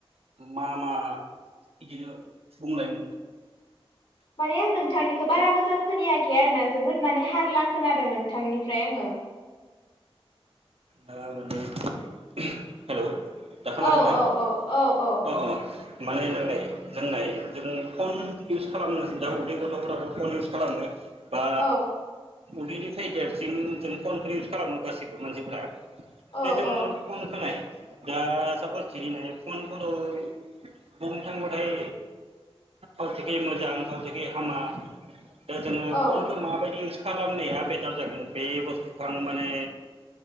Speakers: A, on the right; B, on the left.
A: मा मा बिदिनो बुंलायमोन
B: माने आं नोंथांनिखौ बारा मोजां खोनायाखै आरोना जोबोद माने हारला खोनादों नोंथांनिफ्राय आङो
A: दा माने हेलौ दा खोनादोंना
B: औ औ
A: अ
B: औ औ औ
A: अ मान होनदों <unintelligible> जों नाय जों फन इउस खालामनो दा उदै गथ'फोराबो फन इउस खालामो बा
B: औ
A: उदैनिफ्राय देरसिन जों कनफारेन्स खालामो गासैबो मानसिफोरा
B: औ
A: दे जों
B: औ
A: फन खाय दा सापस थिनाय फनखौल' बुंनो थांबाथाय खावसेखै मोजां खावसेखै हामा दा जोङो
B: औ
A: फनखौ माबायदि इउ खालामनाया बेटार जागोन बे बुसथुखौ आं माने